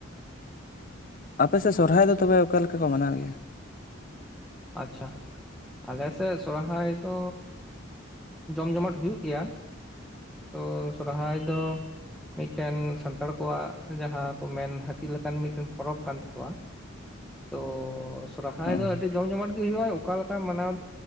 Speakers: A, on the left; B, in the centre.
A: ᱟᱯᱮ ᱥᱮᱫ ᱥᱚᱨᱦᱟᱭ ᱫᱚ ᱛᱚᱵᱮ ᱚᱠᱟ ᱞᱮᱠᱟ ᱠᱚ ᱢᱟᱱᱟᱣ ᱜᱮᱭᱟ?
B: ᱟᱪᱪᱷᱟ ᱟᱞᱮ ᱥᱮᱫ ᱥᱚᱨᱦᱟᱭ ᱫᱚ ᱡᱚᱢ ᱡᱚᱢᱟᱴ ᱦᱩᱭᱩᱜ ᱜᱮᱭᱟ ᱛᱚ ᱥᱚᱨᱦᱟᱭ ᱫᱚ ᱢᱤᱫᱴᱮᱱ ᱥᱟᱱᱛᱟᱲ ᱠᱚᱣᱟᱜ ᱡᱟᱦᱟᱸ ᱠᱚ ᱢᱮᱱ ᱦᱟᱹᱛᱤ ᱞᱮᱠᱟᱱ ᱢᱤᱫᱴᱮᱱ ᱯᱚᱨᱚᱵᱽ ᱠᱟᱱ ᱛᱟᱠᱚᱣᱟ ᱛᱚ ᱥᱚᱨᱦᱟᱭ
A: ᱦᱩᱸ
B: ᱫᱚ ᱟᱹᱰᱤ ᱡᱚᱢ ᱡᱚᱢᱟᱴ ᱦᱩᱭᱩᱜᱼᱟ ᱚᱠᱟ ᱞᱮᱠᱟ ᱢᱟᱱᱟᱣ